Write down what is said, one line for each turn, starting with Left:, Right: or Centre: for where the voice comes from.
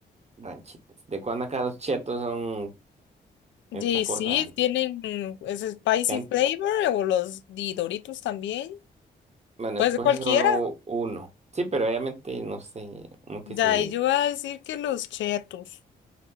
Right: ranchitas. ¿De cuándo acá los chetos son
Left: Y
Right: esta cosa
Left: sí, tienen mm, ese spicy
Right: picante?
Left: flavor o los di Doritos también.
Right: Bueno,
Left: Pues
Right: escoge
Left: cualquiera.
Right: solo uno. Sí, pero obviamente, no sé, uno que
Left: Ya,
Right: se
Left: y yo voy a decir que los chetos.